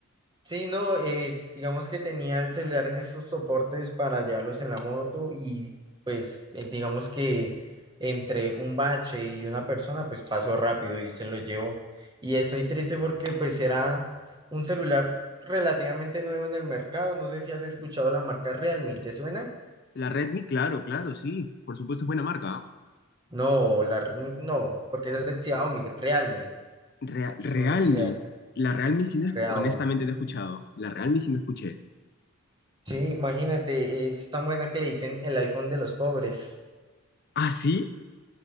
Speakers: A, on the right; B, on the left.
A: Sí, no, eh, digamos que tenía el celular en esos soportes para llevarlos en la moto y pues eh, digamos que entre un bache y una persona pues pasó rápido y se lo llevó. Y estoy triste porque pues era un celular relativamente nuevo en el mercado. No sé si has escuchado la marca Realme, ¿te suena?
B: La Redmi, claro, claro, sí, por supuesto es buena marca. ¿ah?
A: No, la, Realme no, porque esa es de Xiaomi, Realme,
B: Rea- Realme,
A: se pronuncia
B: la Realme sí no, escu-
A: Realme.
B: honestamente no he escuchado, la Realme sí no escuché.
A: Sí, imagínate, es tan buena que le dicen el iPhone de los pobres.
B: ¿Ah, sí?